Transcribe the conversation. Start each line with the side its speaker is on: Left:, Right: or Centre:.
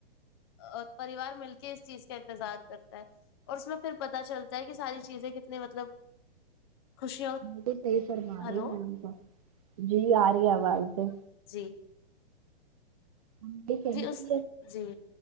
Left: اور پریوار مل کے اس چیز کا انتظار کرتا ہے اور اس میں پھر پتہ چلتا ہے کہ ساری چیزیں کتنی مطلب خوشیاں
Right: ب تو صحیح فرما
Left: ہلو
Right: رہی ہیں ہم تو جی آ رہی ہے آواز سے
Left: جی
Right: <unintelligible>
Left: جی اس
Right: یہ
Left: جی